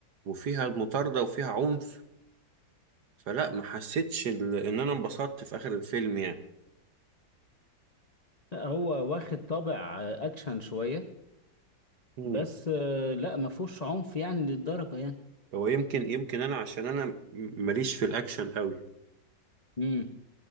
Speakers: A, on the right; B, on the left.
A: وفيها المطاردة وفيها عنف فلا ما حسيتش ال- ان انا انبسطت في اخر الفيلم يعني
B: لا، هو واخد طابع آه، اكشن شوية
A: مم.
B: بس آه، لا ما فيهوش عنف يعني للدرجة يعني
A: هو يمكن يمكن انا عشان انا م- ماليش في الاكشن قوي
B: امم